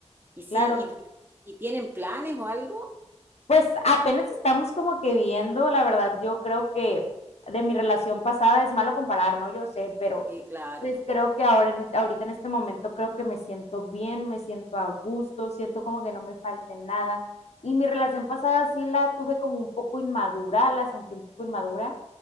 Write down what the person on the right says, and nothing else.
Y sí,
y, bueno, ¿y- y tienen planes o algo?
Sí, claro.